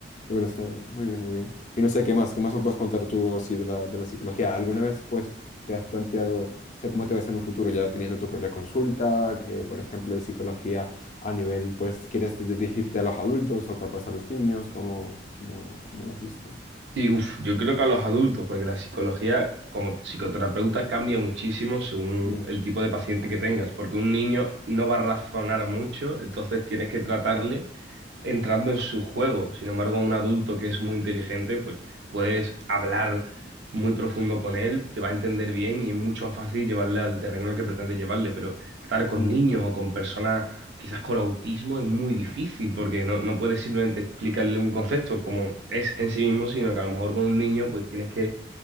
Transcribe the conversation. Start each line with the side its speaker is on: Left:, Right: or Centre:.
Left: Me parece muy bien, muy bien. Y no sé qué más, qué más me puedes contar tú así de la, de la psicología. ¿Alguna vez pues te has planteado, o sea, cómo te ves en un futuro ya teniendo tu propia consulta, eh, por ejemplo, de psicología a nivel, pues, quieres te- dirigirte a los adultos o capaz a los niños? ¿Cómo, cómo, cómo lo has visto?
Right: Sí, uf, yo creo que a los adultos, porque la psicología como psicoterapeuta cambia muchísimo según
Left: Mm,
Right: el tipo de paciente que tengas, porque un niño no va a razonar mucho, entonces tienes que tratarle entrando en su juego. Sin embargo, un adulto que es muy inteligente, pues puedes hablar muy profundo con él, te va a entender bien y es mucho más fácil llevarle al terreno al que pretende llevarle, pero estar con
Left: ujú,
Right: niños o con personas quizás con autismo es muy difícil porque no, no puedes simplemente explicarle un concepto como es en sí mismo, sino que a lo mejor con un niño pues tienes que